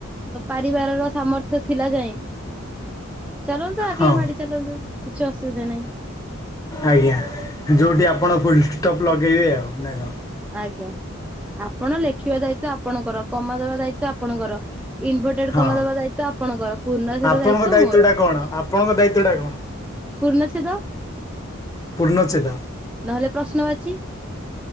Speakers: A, in the centre; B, on the left (about 15°).
A: ପାରିବାରର ସାମର୍ଥ୍ୟ ଥିଲା ଯାଏଁ ଚାଲନ୍ତୁ, ଆଗେଇ
B: ହଁ
A: ମାଡି ଚାଲନ୍ତୁ କିଛି ଅସୁବିଧା ନାହିଁ।
B: ଆଜ୍ଞା, ଯୋଉଠି ଆପଣ ଫୁଲଷ୍ଟପ୍ ଲଗେଇବେ ଆଉ ନା କଣ?
A: ଆଜ୍ଞା, ଆପଣ ଲେଖିବା ଦାୟିତ୍ଵ ଆପଣଙ୍କର କମା ଦବା ଦାୟିତ୍ଵ ଆପଣଙ୍କର। ଇନଭଟେଡ
B: ହଁ
A: କମା ଦବା ଦାୟିତ୍ୱ ଆପଣଙ୍କର, ପୂର୍ଣ୍ଣଚ୍ଛେଦ
B: ଆପଣଙ୍କ
A: ଦାୟିତ୍ଵ
B: ଦାୟିତ୍ୱଟା
A: ମୋର।
B: କ'ଣ ଆପଣଙ୍କ ଦାୟିତ୍ୱଟା କ'ଣ
A: ପୂର୍ଣ୍ଣଚ୍ଛେଦ।
B: ପୂର୍ଣ୍ଣଚ୍ଛେଦ।
A: ନହେଲେ ପ୍ରଶ୍ନବାଚୀ।